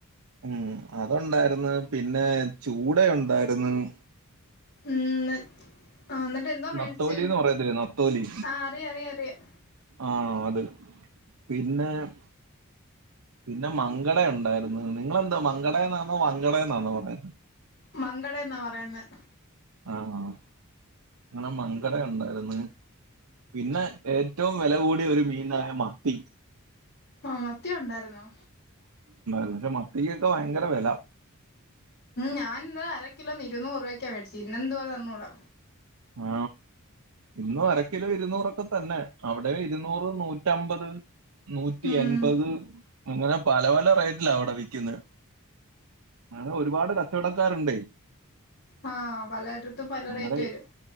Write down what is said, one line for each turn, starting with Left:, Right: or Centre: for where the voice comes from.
Right: മ് അതൊണ്ടാരുന്നു പിന്നെ ചൂട ഉണ്ടാരുന്ന്-
Left: മ് ഇന്ന് ആ എന്നിട്ട് എന്തോ മേടിച്ച്
Right: നത്തോലി എന്ന് പറയത്തില്ലേ നത്തോലി
Left: ആ അറിയാംഅറിയാം
Right: ആ അത് പിന്നെ - പിന്നെ മങ്കടയുണ്ടായിരുന്നു നിങ്ങൾ എന്തുവാ മങ്കടന്നാന്നോ വങ്കടേന്നാണോ പറയുന്നേ
Left: മങ്കടേന്നാ പറയുന്നേ
Right: ആ അ നിങ്ങടെ മങ്കടയുണ്ടായിരുന്നു പിന്നെ ഏറ്റവും വെലകൂടിയ ഒരു മീനാ മത്തി
Left: ആ ത്തി ഉണ്ടായിരുന്നോ
Right: ഇല്ല മത്തിക്കൊക്കെ ഭയങ്കര വെല
Left: ഞാനിന്നലെ അരക്കിലോ ഇരിനുറ് രൂപയ്ക്ക് വാങ്ങിച്ച് ഇന്ന് എന്തുവാന്നറിയില്ല
Right: ആ ഇന്നും അരക്കിലോ ഇര്നൂറൊഒക്കെ തന്നെ അവിടെ ഇരുന്നൂറോ നൂറ്റമ്പത് - നൂറ്റിയെൻപത്
Left: ഉം
Right: അങ്ങനെ പല പല റേറ്റിലാ അവിടെ വിയ്ക്കുന്നെ അങ്ങനെ ഒരുപാട് കച്ചവടക്കാര് ഉണ്ടേ
Left: ആ പലേട്ത്തും പല
Right: അങ്ങനെ
Left: റേറ്റ് വരും